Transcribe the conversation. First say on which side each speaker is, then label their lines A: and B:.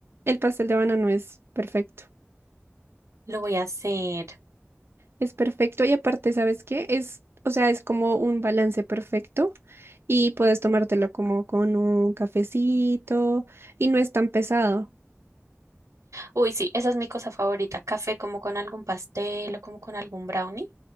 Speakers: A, on the right; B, on the right.
A: El pastel de banano es perfecto.
B: Lo voy a hacer.
A: Es perfecto y aparte, ¿sabes qué? Es, o sea, es como un balance perfecto y puedes tomártelo como con un cafecito y no es tan pesado.
B: Uy, sí, esa es mi cosa favorita. Café como con algún pastel o como con algún brownie.